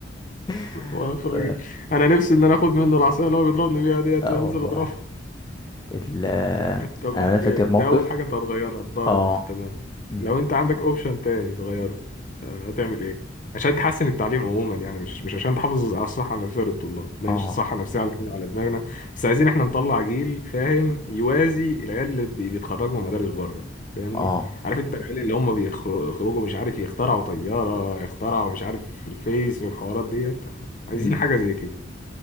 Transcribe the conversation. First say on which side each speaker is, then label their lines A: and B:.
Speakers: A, on the left; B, on the left.
A: <laughs>
B: <laughs>
A: واقف راجل
B: ف...
A: انا نفسي ان انا اخد منه العصايه اللي هو بيضربني بيها ديت
B: اه
A: وانزل
B: والله
A: اضربه
B: ال...
A: طب
B: انا
A: اوكي
B: أنا فاكر موقف
A: ده اول حاجه انت هتغيرها الضرب
B: اه
A: تمام
B: مم.
A: لو انت عندك اوبشن تاني تغيره آه، هتعمل ايه عشان تحسن التعليم عموما يعني مش مش عشان تحافظ على الصحه النفسيه للطلاب ماشي
B: اه
A: الصحه النفسيه على على دماغنا بس عايزين احنا نطلع جيل فاهم يوازي العيال اللي بي- بيتخرجوا من مدارس بره فاهمني
B: اه
A: عارف انت العيال اللي هم بيخر- بيخرجوا مش عارف يخترعوا طياره يخترعوا مش عارف الفيس والحوارات ديت عايزين
B: مم.
A: حاجه زي كده